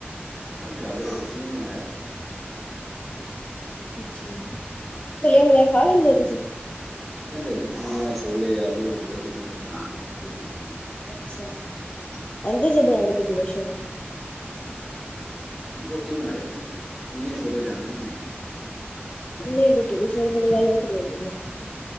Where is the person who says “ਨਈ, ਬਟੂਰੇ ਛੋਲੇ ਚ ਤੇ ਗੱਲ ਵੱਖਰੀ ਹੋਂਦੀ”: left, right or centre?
Left